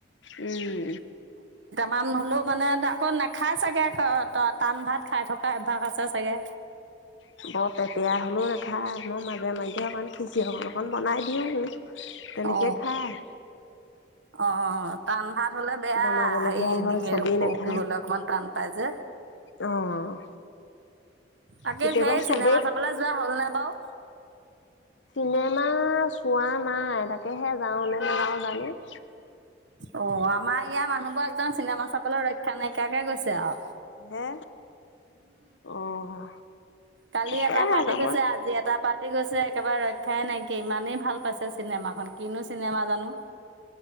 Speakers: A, on the left; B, on the right.
A: উম।
B: মান হ'লেও মানে আকৌ নেখায় চাগে আ ত' টান ভাত খাই থকা অভ্যাস আছে চাগে।
A: বৰ পেৰপেৰিয়া হ'লেও নাখাই, মই মাজে মাজে অকণ খিচিৰি অকণ অকণ বনাই দিওঁ। তেনেকে
B: অ
A: খায়।
B: অ', টান ভাত হ'লে বেয়া
A: বনাবলগীয়া
B: হেৰি
A: হয়
B: ডিঙৰ
A: চবেই
B: শুকিবলে
A: নাখায়।
B: অকমান টান পাই যে,
A: অ'।
B: বাকী
A: কেতিয়াবা
B: সেই
A: চবেই
B: চিনেমা চাবলে যোৱা হ'ল নে বাৰু?
A: চিনেমা চোৱা নাই তাকেহে যাওঁ নে নাযাওঁ জানো? <inaudible>
B: অ', আমাৰ ইয়াৰ মানুহবোৰ একদম চিনেমা চাবলৈ ৰক্ষা নাই। ইয়াকে কৈছে আও।
A: হে অ'।
B: কালি
A: তাকেহে
B: এটা পাৰ্টি
A: যাব
B: গৈছে
A: অ',
B: আজি এটা পাৰ্টি তি গৈছে একেবাৰে ৰ খাই নাইকিয় ইমানেই ভাল পাইছে চিনেমাখন কিনো চিনেমা জানো